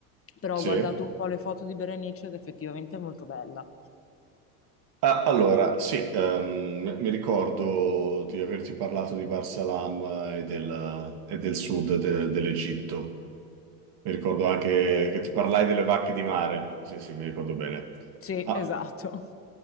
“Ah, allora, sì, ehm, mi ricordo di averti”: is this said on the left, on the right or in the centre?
Right